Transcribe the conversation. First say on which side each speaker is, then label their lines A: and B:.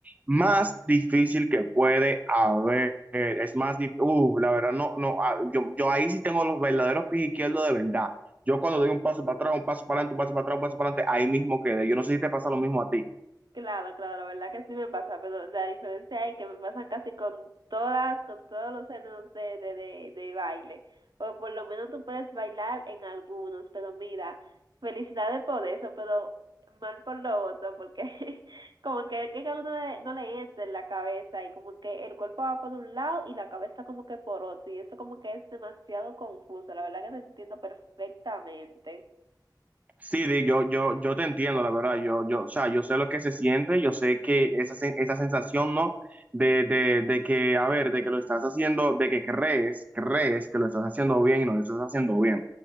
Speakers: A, on the right; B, on the right.
A: más difícil que puede haber. Es más difícil, la verdad, no, no, ah, yo, yo ahí sí tengo los verdaderos pies izquierdos de verdad. Yo cuando doy un paso para atrás, un paso para adelante, un paso para atrás, un paso para adelante, ahí mismo quedé. Yo no sé si te pasa lo mismo a ti.
B: claro, claro, la verdad que sí me pasa, pero la diferencia es que me pasan casi con todas, con todos los géneros de, de, de, de baile, o por lo menos tú puedes bailar en algunos, pero mira, felicidades por eso, pero mal por lo otro, porque <laughs> como que, que a uno le- no le entra en la cabeza y como que el cuerpo va por un lado y la cabeza como que por otro, y eso como que es demasiado confuso, la verdad que te entiendo perfectamente.
A: Sí, Di, yo, yo, yo te entiendo, la verdad. Yo, yo, o sea, yo sé lo que se siente, yo sé que esa, sen- esa sensación, ¿no? De, de, de que, a ver, de que lo estás haciendo, de que crees, crees que lo estás haciendo bien y no lo estás haciendo bien.